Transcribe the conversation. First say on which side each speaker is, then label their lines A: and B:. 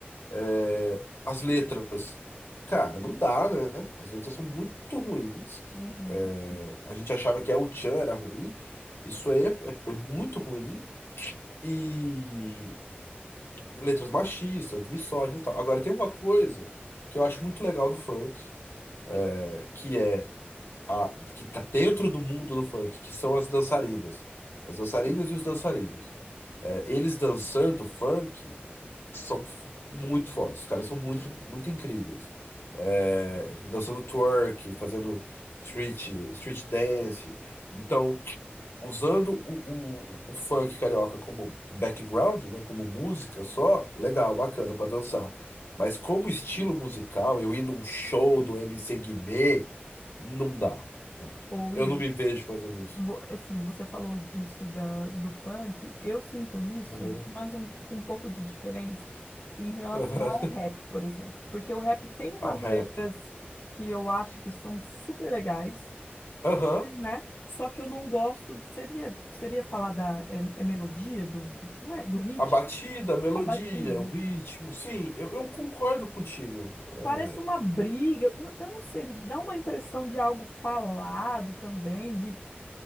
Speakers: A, on the left (about 80°); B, on the left (about 55°).
A: É, As letras, cara, não dá, né? As letras são muito ruins.
B: Uhum,
A: É,
B: sim,
A: a gente achava que a Uchan era ruim. Isso aí é, é- é muito ruim. E letras machistas, misóginas e tal. Agora, tem uma coisa que eu acho muito legal do funk, é, que é a que tá dentro do mundo do funk, que são as dançarinas. As dançarinas
B: sim.
A: e os dançarinos. É, eles dançando funk são f- muito fodas. Os caras são muito, muito incríveis. É, dançando twerk, fazendo street, street dance. Então, usando o, o, o funk carioca como background, né, como música só, legal, bacana pra dançar. Mas como estilo musical, eu ir num show do MC Guimê, não dá, sabe?
B: Ô, Will,
A: Eu não me vejo fazendo isso.
B: vo- assim, você falou disso da, do funk. Eu sinto isso,
A: Aham,
B: mas um- com um pouco de diferença em relação
A: aham.
B: ao rap,
A: <laughs>
B: por exemplo. Porque o rap tem umas
A: Ao
B: letras
A: rap.
B: que eu acho que são super legais,
A: Aham.
B: super, né? Só que eu não gosto. Seria, seria falar da é, é melodia, do, do, não é, do ritmo,
A: A batida, a melodia,
B: a batida.
A: o ritmo, sim, eu, eu concordo contigo. É,
B: Parece uma briga. N- Eu não sei, me dá uma impressão de algo falado também, de